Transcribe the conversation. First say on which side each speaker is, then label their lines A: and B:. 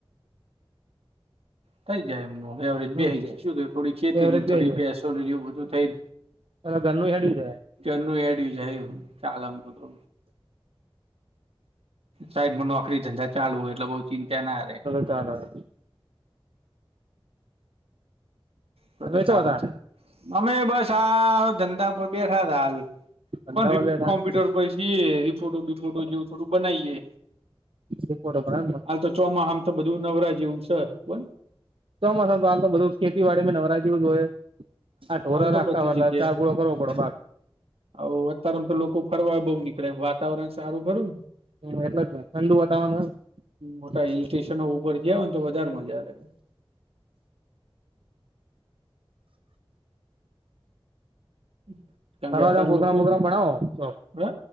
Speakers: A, on the right (about 85°); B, on the right (about 65°).
A: થઈ જાય મોહે એવરેજ
B: હમ
A: બી જાય ચુલી થોડી ખેતી
B: એવરેજ
A: ની થોડી
B: બેહી જાય
A: બેસો ને એવું બધું થઈ
B: ઘરનું હેડ્યું છે.
A: ધરનુ એડયું જ ચાલે આમ તો તો સાઈમાં નોકરી ધંધા ચાલુ હોય એટલે બોવ ચિંતા ના રે
B: ચાર
A: તો
B: તમે
A: તો
B: ચો
A: ચાલે
B: તા
A: ચા અમે બસ આ ધંધા પર બેથાતા હાલ
B: ધંધામાં
A: કોન રી
B: બેઠા
A: કોમ્પ્યુટર પછી રિપોર્ટો બિપોટો જેવું થોડું બનાવીએે
B: <inaudible>
A: હાલ તો ચોમાહામ તો બધું નવરા જેવું છે, કોન
B: તોસ તો આમ તો બધું ખેતીવાડી નવરા જેવું જોઈએ. આ ઢોરા
A: હાલ તો
B: રાખતા
A: બધી
B: હોય
A: જગ્યાએ
B: એટલે ચાર ગુળો કરવો પડે ભાગ.
A: આવું અત્યારેમ તો લોકો ફરવા બહુ નીકળે વાતાવરણ સારું ખરું ને.
B: હૈ એટલ જ ને ઠંડુ વાતાવરણ હોય ને.
A: મોટા હિલ સ્ટેશનો ઉપર જાઓ ને તો વધારે મજા આવે લે. હમ્મ. કારણ
B: ફરવા
A: કે અત્યારે
B: જવાનો પ્રોગ્રામ
A: લોકો
B: પ્રોગ્રામ બનાવો તો
A: હ